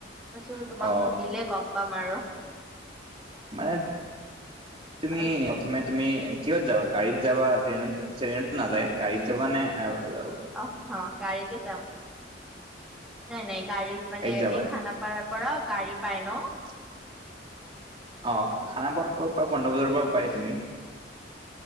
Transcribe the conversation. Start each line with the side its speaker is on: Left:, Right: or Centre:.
Centre: পাছো তোমাক
Right: অ
Centre: সুধিলে গম পাম আৰু।
Right: মানে তুমি
Centre: আৰু
Right: প্ৰথমে তুমি কিহত যাবা? গাড়ীত যাবা ট্ৰেইনত ট্ৰেইনতো নাযায়, গাড়ীত যাবা নে আ ল
Centre: অহ গাড়ীতে যাম। নাই নাই গাড়ীত মানে
Right: যাবা
Centre: এই
Right: ন
Centre: খানাপাৰাৰ পৰা গাড়ী পায় ন?
Right: <inaudible> অঁ খানাপৰা পৰা পৰা পন্ধ্ৰ বজাৰ পৰা পায় তুমি।